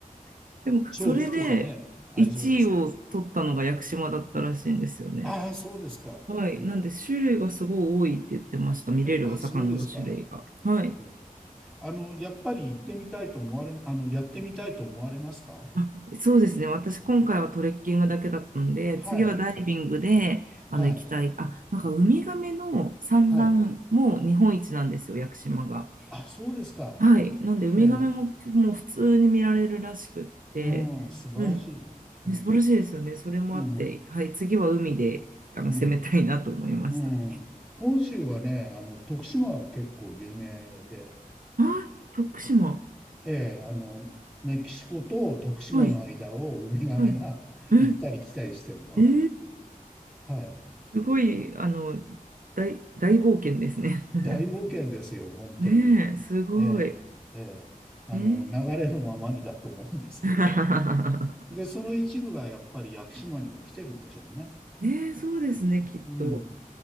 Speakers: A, on the right; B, in the centre.
A: <laughs> でも、
B: 重複とかね、
A: それで1位を取ったのが屋久島だったらしいんですよね。
B: ありそうです。ああ、そうですか。
A: はい。
B: へえ。
A: なんで、種類がすごい多いって言ってました。見れるお魚の種類が。
B: あ、そうですか。
A: はい。
B: へえあの、やっぱり行ってみたいと思われ、あの、やってみたいと思われますか
A: あ、そうですね。私、今回はトレッキングだけだったんで、
B: はい。
A: 次はダイビングで、あの、
B: はい。
A: 行きたい。あ、なんか、ウミガメの産卵も日本一なんですよ、
B: はい。
A: 屋久島が。
B: あ、そうですか。
A: はい。なんで、ウミガメも、
B: ええ。
A: もう普通に見られるらしくって、
B: うん、素晴らしい。
A: うん。
B: うん。
A: ね、素晴らしいですよね。それもあって、
B: うん。
A: はい。次は海で、あの、
B: うん。
A: 攻めたいなと思いました。
B: うん。本州はね、あの、徳島は結構有名で、
A: あ、徳島。
B: ええ、あの、メキシコと徳島の間をウミガメが
A: はい。はい。
B: <laughs>
A: え
B: 行ったり来たりしてんの。
A: えー、
B: はい。
A: すごい、あの、大、大冒険ですね。<laughs>
B: 大冒険ですよ、本当に。
A: ねえ、すごい。
B: ええ、ええ。あの、
A: えー
B: 流れのままにだと思うんですけど。
A: <laughs>、
B: で、その一部がやっぱり屋久島にも来てるんでしょうね。
A: ねえ、そうですね、きっと。
B: うん。